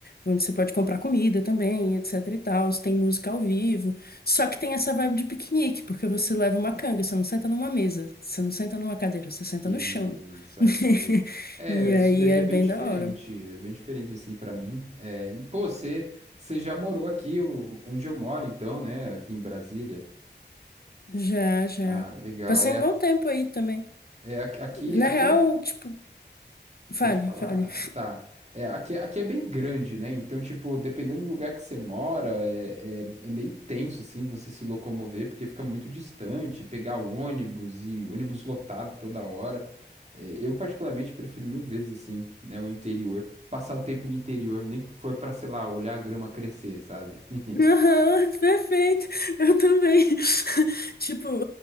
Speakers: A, on the left (about 55°); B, on the right (about 35°).
A: onde você pode comprar comida também, etc e tal, tem música ao vivo, só que tem essa vibe de piquenique, porque você leva uma canga, você não senta numa mesa, você não senta numa cadeira, você senta
B: Saquei,
A: no chão.
B: saquei.
A: <laughs>
B: É,
A: E
B: isso
A: aí
B: daí
A: é
B: é bem
A: bem
B: diferente,
A: da hora.
B: é bem diferente assim pra mim. É, e pô, você, você já morou aqui o- onde eu moro então, né, aqui em Brasília?
A: Já, já.
B: Ah, legal.
A: Passei
B: É,
A: um bom tempo aí também.
B: é aqui, aqui
A: Na
B: aqui
A: real,
B: é
A: tipo, fale,
B: Pode falar,
A: fale.
B: tá. É, aqui, é, aqui é bem grande, né? Então, tipo, dependendo do lugar que você mora, é, é, é meio tenso, assim, você se locomover, porque fica muito distante, pegar ônibus e ônibus lotado toda hora. É, eu, particularmente, prefiro mil vezes, assim, né, o interior. Passar o tempo no interior, nem que for pra, sei lá, olhar a grama crescer, sabe? <laughs>
A: <laughs> Aham, perfeito. Eu também. <laughs> Tipo,